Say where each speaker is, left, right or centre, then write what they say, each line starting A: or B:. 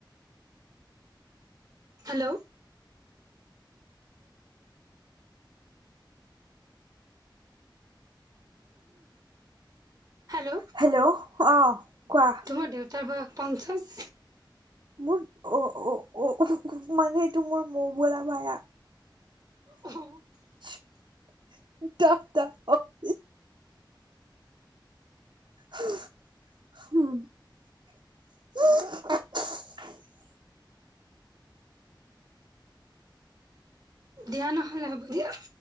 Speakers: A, on the right (about 35°); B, on the right (about 55°).
A: হেল্ল'। হেল্ল'
B: হেল্ল' অ'। কোৱা।
A: তোমাৰ দেউতাৰ বয়স পঞ্চাশ
B: মোৰ অ' অ' অ' মানে এইটো মোৰ মৌ বোলা ভাইয়া।
A: <inaudible>
B: <inaudible> <inaudible> <inaudible>
A: দিয়া নহ'লে হ'ব দিয়া।